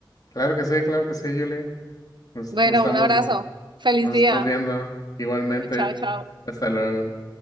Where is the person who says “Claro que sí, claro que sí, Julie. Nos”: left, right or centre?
Left